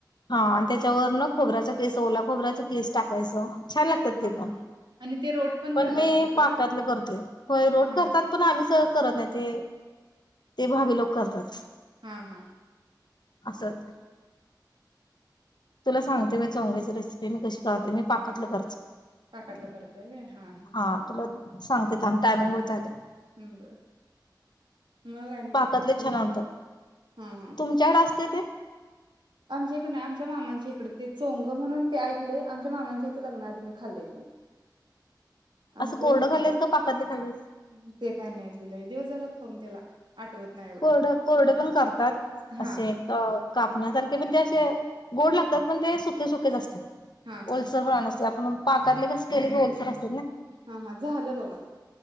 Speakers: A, on the left; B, on the right.
A: हा आणि त्याच्यावर न खोबऱ्याचा किस ओला खोबऱ्याचा किस टाकायचं छान लागतात
B: हां,
A: ते प
B: हां. आणि ते रोट
A: पण
B: करतात
A: मी
B: ना तिकडं?
A: पाकातलं करते होय रोड
B: हां,
A: करतात
B: हां.
A: पण आम्ही स करत नाही ते ते भावी लोक करतात.
B: हा हा.
A: आसत. तुला सांगते मी चोंगलीची रेसिपी मी कशी पाहते मी. पाकतलं करचं
B: पाकातलं करताय व्हय? हां, हां.
A: हा तुला सांगते थांब टामिंग होत आलंय.
B: हम्म बरं. मग आणि
A: पाकातले
B: काय? हं,
A: छान आणतात
B: हां, हां.
A: तुमच्याकड अस ते ते
B: आमच्या इकड नाही आमच्या मामांच्या इकडे ते चोंग म्हणून ते ऐकलेय आमच्या मामांच्या इथे लग्न आधी मी खाल्ले ते. आमच्या
A: असं कोरडं
B: इथं काय
A: खाल्लंस का पाकातले खाल्लेस?
B: नाही. ते काय नाही. लय दिवस झालं. खाऊन त्याला. आठवत नाही एवढं.
A: कोरड कोरड पण करतात
B: हां,
A: असे कापण्यासारखे पण ते असे गोड लागतात पण ते सुके सुकेच असत्यात.
B: हां, हां.
A: ओलसरपणा नस ते आपण पाकातले कस केले ओलसर अस
B: हा हा झालं बघा.